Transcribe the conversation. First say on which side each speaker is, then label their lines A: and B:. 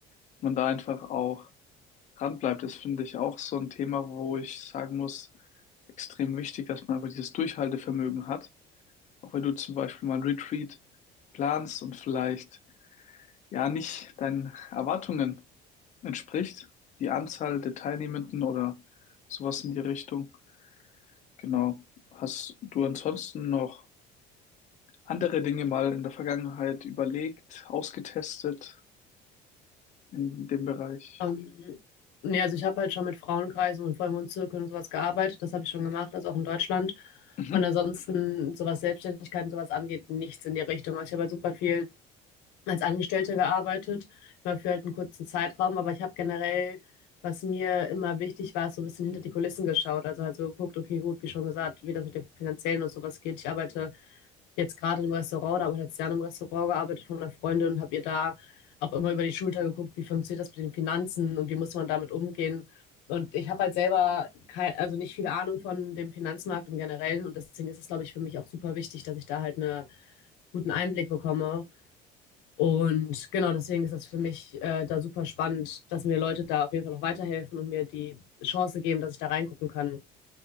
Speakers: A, on the left; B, on the left.
A: dass man da einfach auch dran bleibt. Das finde ich auch so ein Thema, wo ich sagen muss, extrem wichtig, dass man einfach dieses Durchhaltevermögen hat Auch wenn du zum Beispiel mal ein Retreat planst und vielleicht ja nicht deinen Erwartungen entspricht, die Anzahl der Teilnehmenden oder sowas in die Richtung. Genau. Hast du ansonsten noch andere Dinge mal in der Vergangenheit überlegt, ausgetestet in dem Bereich?
B: Ähm, nee, also ich habe halt schon mit Frauenkreisen und Vollmondzirkeln und sowas gearbeitet. Das habe ich schon gemacht, also auch in Deutschland.
A: Mhm.
B: Und ansonsten, so was Selbstständigkeit und sowas angeht, nichts in die Richtung. Also ich habe halt super viel als Angestellte gearbeitet, mal für halt einen kurzen Zeitraum, aber ich habe generell, was mir immer wichtig war, so ein bisschen hinter die Kulissen geschaut. Also halt so geguckt, okay, gut, wie schon gesagt, wie das mit dem Finanziellen und sowas geht. Ich arbeite jetzt gerade im Restaurant, da habe ich letztes Jahr im Restaurant gearbeitet von einer Freundin und habe ihr da auch immer über die Schulter geguckt, wie funktioniert das mit den Finanzen und wie muss man damit umgehen. Und ich habe halt selber kein, also nicht viel Ahnung von dem Finanzmarkt im Generellen und deswegen ist es, glaube ich, für mich auch super wichtig, dass ich da halt eine guten Einblick bekomme und genau, deswegen ist das für mich äh, da super spannend, dass mir Leute da auf jeden Fall noch weiterhelfen und mir die Chance geben, dass ich da reingucken kann.